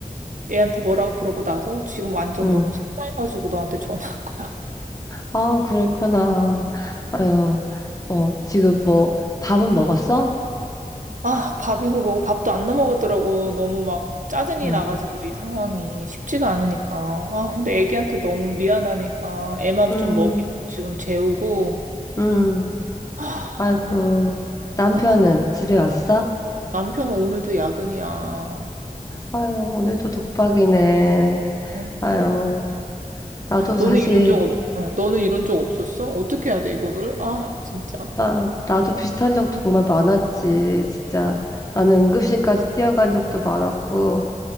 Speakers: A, on the right; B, on the left.
A: 애한테 뭐라고 그러고 나서 지금 완전
B: 응.
A: 너무 속상해가지고 너한테 전화한 거야.
B: 아, 그랬구나. 아유, 어, 지금 뭐, 밥은 먹었어?
A: 아, 밥이고 뭐 밥도 안 넘어가더라고. 너무 막 짜증이
B: 응.
A: 나가지고 이 상황이 쉽지가 않으니까. 아, 근데 애기한테 너무 미안하니까 애만
B: 음,
A: 좀 먹이고 지금 재우고.
B: 음.
A: 아,
B: 아이고, 남편은
A: 진짜 속상.
B: 집에 왔어?
A: 남편은 오늘도 야근이야.
B: 아유, 오늘도 독박이네.
A: 응,
B: 아유,
A: 그러니까.
B: 나도
A: 너는
B: 사실,
A: 이런 적 없, 어, 너는 이런 적 없었어? 어떻게 해야 돼, 이거를? 아, 진짜.
B: 아, 나도 비슷한 적 정말 많았지, 진짜. 나는 응급실까지 뛰어간 적도 많았고,